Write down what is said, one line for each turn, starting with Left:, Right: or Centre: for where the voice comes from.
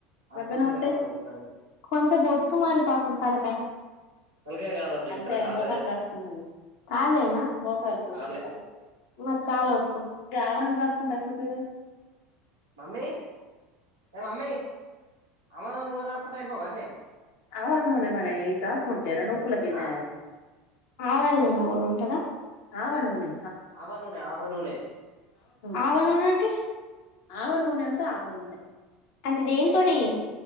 Right: హాస్పిటల్
Left: తగ్గన ఒకట్టే
Right: పోయి రావాలి ఒకసారి ఇగ
Left: కొంసేపు వత్తు మరి పాపం తలకాయ
Right: తలకాయ కాదంట
Left: తలకాయ
Right: ఇక్కడ కాళ్ళదే
Left: మోకాలికి రాసుకుమరి కాళేళ నా మోకాలు
Right: కాళ్ళే
Left: ఒకటే కాళ మరి కాలు ఒత్తు గావ నూనె రాసుకుంటే సరిపోద్ది కదా
Right: మమ్మీ ఏ మమ్మీ ఆవ నూనె రాసుకుంటే అయిపోవు కదనే
Left: ఆవ నూనె మరి ఇంద రాసుకుంటే నొప్పుల కైనా
Right: ఆ
Left: ఆవాల నూన కుడు ఉంటదా ఆవ నూనె
Right: ఆవనూనె ఆవనూనె
Left: ఆవనూన అంటే ఆవనూన అంటే ఆవనూన అంటే దేంతోనే